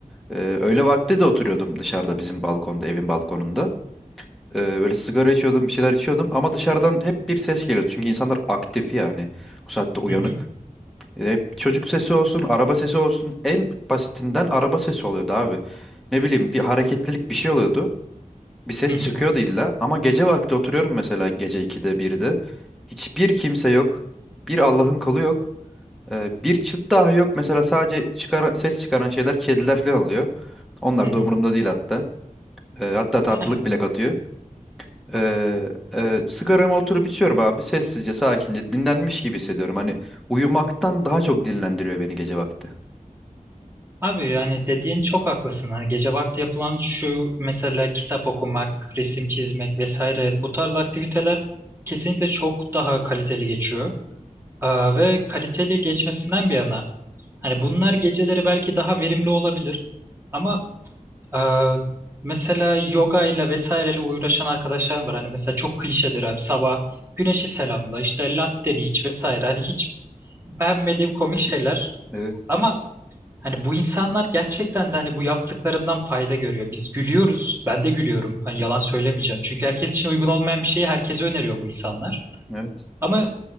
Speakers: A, in the centre; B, on the right.
A: Ee, öğle vakti de oturuyordum dışarıda bizim balkonda, evin balkonunda. Ee, böyle sigara içiyordum, bir şeyler içiyordum ama dışarıdan hep bir ses geliyordu. Çünkü insanlar aktif yani. o saatte uyanık.
B: Hı hı
A: Ee, hep çocuk sesi olsun, araba sesi olsun. En basitinden araba sesi oluyordu abi. Ne bileyim bir hareketlilik bir şey oluyordu. Bir ses
B: hı hı
A: çıkıyordu illa ama gece vakti oturuyorum mesela gece 2'de 1'de. Hiçbir kimse yok. Bir Allah'ın kulu yok. Ee, bir çıt daha yok. Mesela sadece çıkaran, ses çıkaran şeyler kediler falan oluyor. Onlar
B: hı hı.
A: da umurumda değil hatta. Ee, hatta tatlılık
B: Yani
A: bile katıyor. Ee, e, sigaramı oturup içiyorum abi. Sessizce, sakince, dinlenmiş gibi hissediyorum. Hani uyumaktan daha çok dinlendiriyor beni gece vakti.
B: abi yani dediğin çok haklısın hani gece vakti yapılan şu mesela kitap okumak resim çizmek vesaire bu tarz aktiviteler kesinlikle çok daha kaliteli geçiyor. Aa, ve kaliteli geçmesinden bir yana Hani bunlar geceleri belki daha verimli olabilir. Ama e, mesela yoga ile vesaireyle uğraşan arkadaşlarım var. Hani mesela çok klişedir abi sabah güneşi selamla işte latteni iç vesaire. Hani hiç beğenmediğim komik şeyler.
A: Evet.
B: Ama hani bu insanlar gerçekten de hani bu yaptıklarından fayda görüyor. Biz gülüyoruz. Ben de gülüyorum. Ben yalan
A: Hı hı.
B: söylemeyeceğim. Çünkü herkes için uygun olmayan bir şeyi herkese öneriyor bu insanlar.
A: Evet.
B: Ama